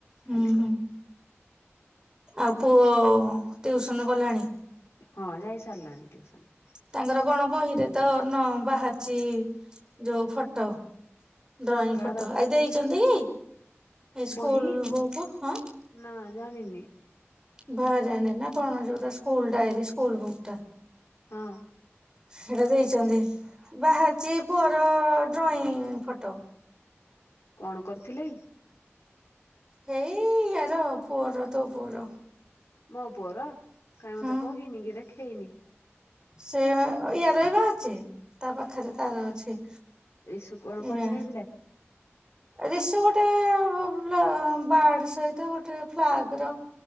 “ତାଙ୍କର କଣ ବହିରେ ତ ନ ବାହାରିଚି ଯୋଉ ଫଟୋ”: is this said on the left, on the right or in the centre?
Right